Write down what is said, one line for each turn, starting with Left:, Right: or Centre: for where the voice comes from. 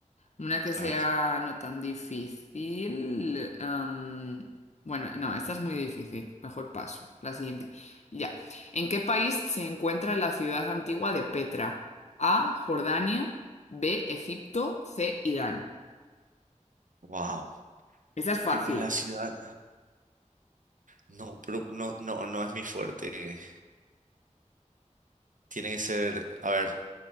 Left: Una que sea
Right: A ver,
Left: no tan difícil. am, bueno, no, esta es muy difícil. Mejor paso. La siguiente. Ya. ¿En qué país se encuentra la ciudad antigua de Petra? A, Jordania. B, Egipto. C, Irán.
Right: wow.
Left: Esta
Right: Es
Left: es fácil.
Right: que la ciudad. No, pero no, no, no es mi fuerte. Tiene que ser. A ver,